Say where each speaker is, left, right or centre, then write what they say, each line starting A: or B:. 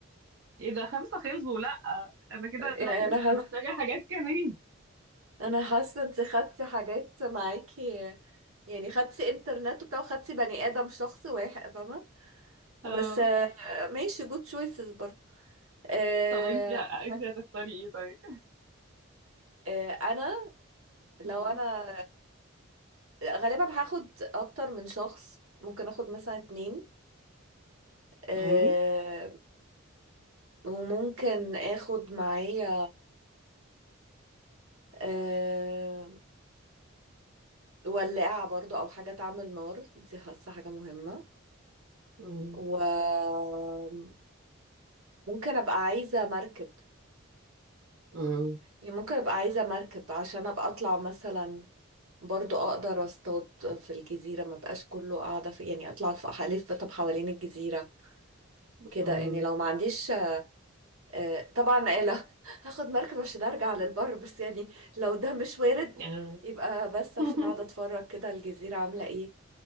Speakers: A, on the right (about 55°); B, on the right (about 80°).
A: ايه ده خمسة خلصوا لا انا كده
B: يعني
A: لا لسه
B: انا حاسه
A: محتاجة حاجات كمان
B: انا حاسه انت خدتي حاجات معاكي يعني خدتي انترنت وبتاع وخدتي بني ادم شخص واحد فاهمه
A: اه
B: بس آه، ماشي جود تشويسز برضه آه،
A: طب انتي انتي
B: حت-
A: هتختاري ايه طيب
B: آه، انا
A: مم.
B: لو انا غالبا هاخد اكتر من شخص ممكن اخد مثلا اتنين أه
A: <laughs> مم.
B: وممكن اخد معايا أه ولاعة برضو او حاجة تعمل نار دي حاسة حاجة مهمة
A: مم.
B: وممكن ابقى عايزة مركب
A: مم.
B: يعني ممكن ابقى عايزة مركب عشان ابقى اطلع مثلا برضو اقدر اصطاد في الجزيرة ما بقاش كله قاعدة في يعني اطلع في الف طب حوالين الجزيرة كده
A: مم.
B: يعني لو ما عنديش آه، طبعا آلة <laughs> هاخد مركب عشان ارجع للبر بس يعني لو ده مش وارد
A: آه.
B: يبقى بس عشان
A: <laughs>
B: اقعد اتفرج كده الجزيرة عاملة ايه